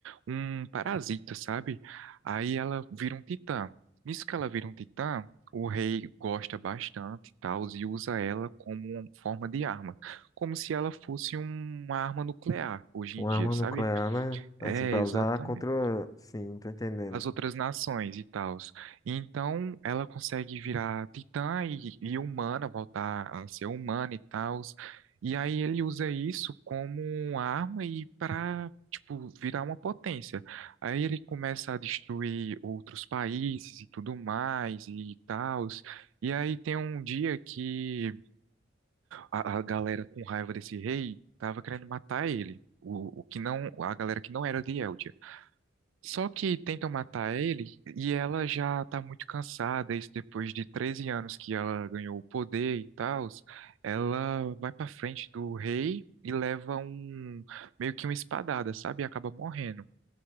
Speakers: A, on the right (about 80°); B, on the left (about 20°).
A: um parasita, sabe? Aí ela vira um titã. Nisso que ela vira um titã, o rei gosta bastante e tal, e usa ela como uma forma de arma, como se ela fosse uma arma nuclear hoje
B: Uma
A: em dia,
B: arma
A: sabe?
B: nuclear, né? Assim,
A: É,
B: pra
A: exatamente
B: usar contra. Sim, tô entendendo.
A: as outras nações e tals. Então, ela consegue virar titã e, e humana, voltar a ser humana e tals. E aí ele usa isso como arma e para, tipo, virar uma potência. Aí ele começa a destruir outros países e tudo mais e tals. E aí tem um dia que a, a galera com raiva desse rei tava querendo matar ele. O, o que não, a galera que não era de Eldia. Só que tentam matar ele e ela já tá muito cansada, isso depois de 13 anos que ela ganhou o poder e tal. Ela vai pra frente do rei e leva um meio que uma espadada, sabe? E acaba morrendo.